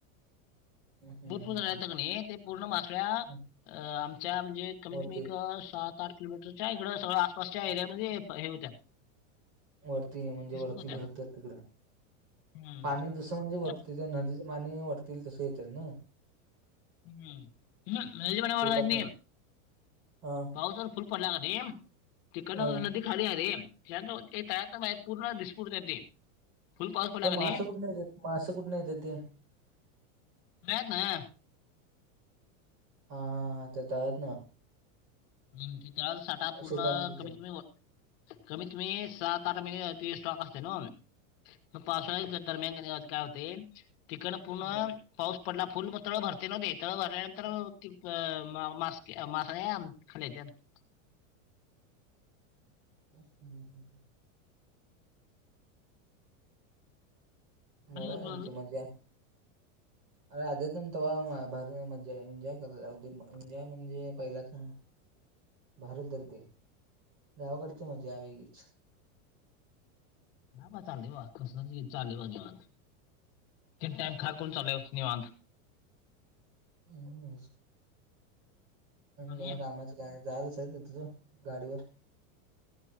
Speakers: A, on the right (about 40°); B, on the left (about 45°).
A: हम्म हम्म
B: बोट पूर्ण रहायलता
A: हम्म
B: की नी ते पूर्ण माश्या अ
A: हम्म.
B: आमच्या म्हणजे कमीत
A: वरती
B: कमीक सात आठ किलोमीटरच्या इकडे सगळं आसपासच्या एरियामध्ये प हे होत्या.
A: वरती म्हणजे
B: दिसत
A: वरती
B: होत्या
A: फिरत्यात तिकडे
B: हम्म.
A: पाणी दुस म्हणजे
B: त्या
A: वर तिथ नदीचे पाणी वरतील तसं येतात ना.
B: हम्म ना नदीच्या पाण्यावर
A: शेतातनं
B: काहीच नाही
A: हां
B: पाऊस जर फुल पडला की नाही तिकडनं
A: हां
B: नदी खाली हाय रे या तर तळ्यात बाय पूर्ण दिस पूर्ण येते. फुल पाऊस पडला
A: ह
B: का नाही
A: मासं कुठून येतात मासं कुठून येत ते?
B: तळ्यात न <unintelligible>
A: हा हा त्या तळ्यात ना.
B: ह त्याळाला साठा पूर्ण
A: शेतामध्ये
B: कमी
A: तर
B: कमी <unintelligible> कमीत कमी सात आठ महिने ते स्टॉक असते ना हो म पावसाळ्यात
A: हां
B: ये तर मेंगणीवच काय होते तिकडनं पूर्ण
A: हां
B: पाऊस पडला फुल मग तळ भरते नव ते तळ भरल्यानंतर ती न मास्की न मासळ्या खाली हेच्यात
A: <inaudible> बरं
B: आणि
A: आहे
B: उरफाट-
A: त्यांची मज्जा आहे. अरे आदितेनं तेव्हा म भारी मज्जा एन्जॉय करत होते एन्जॉय म्हणजे पहिलाचा भारी तर ते गावाकडची मजा आहे वेगळीच.
B: हा बा चाललय बा कसंतरी चाललय बा निवांत एक टाईम खारकुन चाललंय निवांत.
A: <unintelligible> आणि
B: आणि
A: काय कामाचा काय जायल असायचं असेल तुझं गाडीवर.